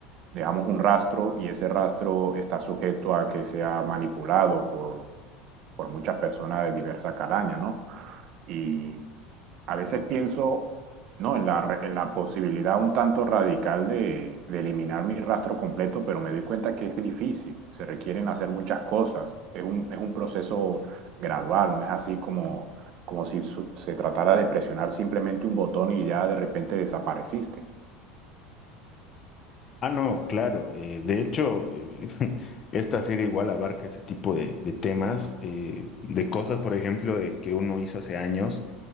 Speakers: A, on the right (about 55°); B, on the left (about 40°).
A: dejamos un rastro y ese rastro está sujeto a que sea manipulado por, por muchas personas de diversa calaña, ¿no? Y a veces pienso, ¿no? En la, re- en la posibilidad un tanto radical de, de eliminar mi rastro completo, pero me doy cuenta que es difícil, se requieren hacer muchas cosas, es un, es un proceso gradual, no es así como, como si su- se tratara de presionar simplemente un botón y ya de repente desapareciste.
B: Ah, no, claro. eh, de hecho, eh, <laughs> esta serie igual abarca ese tipo de, de temas, eh, de cosas, por ejemplo, de que uno hizo hace años